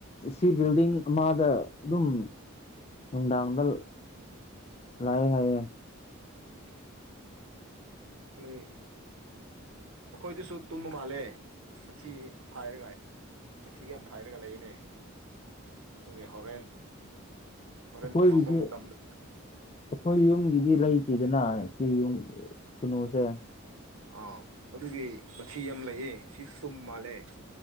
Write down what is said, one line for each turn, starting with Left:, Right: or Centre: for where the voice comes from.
Left: ꯁꯤ ꯕꯤꯜꯗꯤꯡ ꯑꯃꯗ ꯑꯗꯨꯝ ꯅꯨꯡꯗꯥꯡꯗ ꯂꯥꯏ ꯍꯥꯏꯌꯦ
Right: ꯍꯝ <inaudible> ꯅꫭꯏ <inaudible> ꯑꯩꯈꯣꯏꯗꯁꯨ ꯇꯨꯝꯕ ꯃꯥꯜꯂꯦ ꯃꯊꯤ ꯐꯥꯏꯔꯒꯥ ꯃꯊꯤ ꯌꯥꯝ ꯐꯥꯏꯔꯒ ꯂꯩꯌꯦꯅꯦ ꯑꯗꯨꯒꯤ ꯍꯣꯔꯦꯟ
Left: ꯑꯩꯈꯣꯏꯒꯤꯗꯤ
Right: ꯍꯣꯔꯦꯟ ꯑꯃꯝꯕ ꯃꯇꯝꯗ
Left: ꯑꯩꯈꯣꯏ ꯌꯨꯝꯒꯤꯗꯤ ꯂꯩꯇꯦꯗꯅ ꯁꯤ ꯌꯨꯝ ꯈꯨꯟꯅꯨꯁꯦ
Right: ꯑꯥ ꯑꯗꯨꯒꯤ ꯃꯊꯤ ꯌꯥꯝ ꯂꯩꯌꯦ ꯁꯤ ꯇꯨꯝ ꯃꯥꯜꯂꯦ